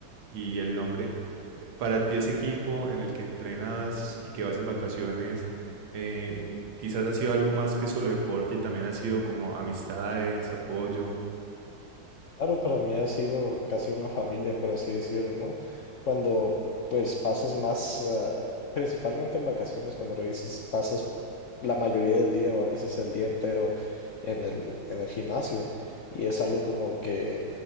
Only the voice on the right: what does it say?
y el nombre. eh, Para ti ese equipo en el que entrenas y que vas en vacaciones, eh, quizás ha sido algo más que solo deporte y también ha sido como amistades, apoyo.